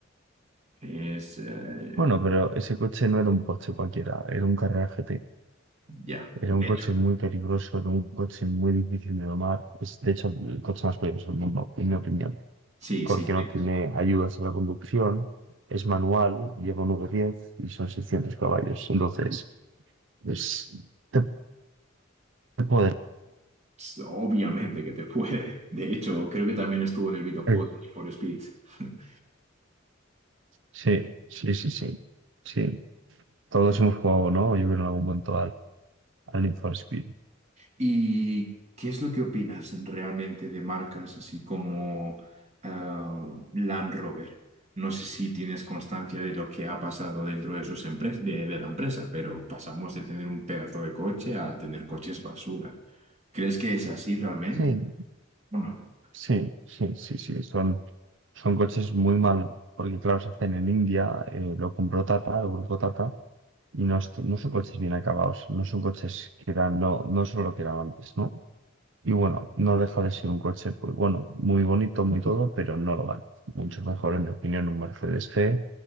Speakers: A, on the right (about 35°); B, on the right (about 70°).
A: Es, eh,
B: Bueno, pero ese coche no era un Porsche cualquiera, era un Carrera GT.
A: ya,
B: Era
A: De
B: un coche
A: hecho.
B: muy peligroso, era un coche muy difícil de domar. Es, de hecho, el coche más peligroso del mundo, en mi opinión,
A: Sí,
B: porque
A: sí, te-
B: no tiene ayudas a la conducción, es manual, lleva un V10 y son 600 caballos. Entonces, es te te puede
A: s- obviamente que te puede. De hecho, creo que también estuvo en el videojuego
B: dar.
A: de Need for Speed. <laughs>
B: Sí, sí, sí, sí. Sí, todos hemos jugado, ¿no? Yo creo en algún momento al, al Need for Speed.
A: ¿Y qué es lo que opinas realmente de marcas así como ah, Land Rover? No sé si tienes constancia de lo que ha pasado dentro de sus empre- de, de la empresa, pero pasamos de tener un pedazo de coche a tener coches basura. ¿Crees que es así realmente?
B: Sí,
A: Bueno.
B: sí, sí, sí, sí. Son, son coches muy mal, porque claro, se hacen en India, eh, lo compró Tata, lo compró Tata, Y no, es- no son coches bien acabados, no son coches que eran, no, no son lo que eran antes, ¿no? Y bueno, no deja de ser un coche, pues bueno, muy bonito, muy todo, pero no lo vale. Mucho mejor, en mi opinión, un Mercedes G